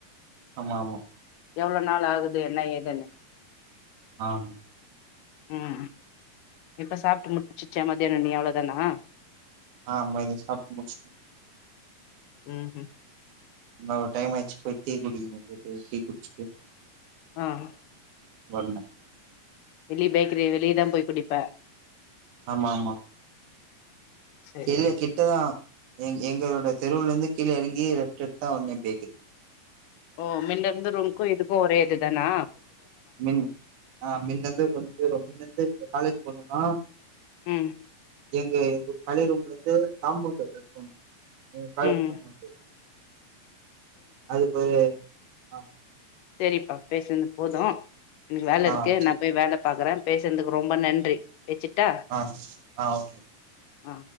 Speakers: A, on the right (about 65°); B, on the left (about 75°).
A: ஆமா ஆமா
B: எவ்வளவு நாள் ஆகுது என்ன ஏதுன்னு
A: ஆஹ்
B: உம் இப்ப சாப்பிட்டு முடிச்சிச்ச மதியானம் நீ அவ்ளதானா
A: ஆஹ் மருந்து ச பச்சத்த
B: உம் உம்
A: ந டைம் ஆயிச்சி போய் குடி டீ குச்ச
B: ஆஹ்
A: வர்ணு
B: வெளிய பேக்ரி வெளியதா போய் குடிப்பா
A: ஆமா ஆமா
B: சேர்
A: இல்ல
B: சேர்
A: கிட்டதான் எங் எங்களோட தெருவுல இருந்து கீழே இறங்கி ரெப்டர் தா வந்த பேக்
B: ஓ மின்ன இருந்து ரும்க்கோ இதுக்கும் ஒரே எதுக்கு தானா
A: மின் ஆ மின்னந்து கொஞ்ச தூரோ மின் இருந்து காலேஜ் பொண்ணுனா
B: ம்
A: எங்க எங்க பழம ரூம்ல இருந்து தாமண்டு இருக்கணு நீங்க காலைக்கு
B: ம்
A: தமட்டு அதுக்கு ஆ
B: சரிப்பா பேசனது போதும் எனக்கு வேலை இருக்கு
A: ஆ சரி
B: நான் போய் வேலை பார்க்குறேன் பேசுறதுக்கு ரொம்ப நன்றி வெச்சுட்டா
A: ஆ ஆ ஓகே
B: ஆ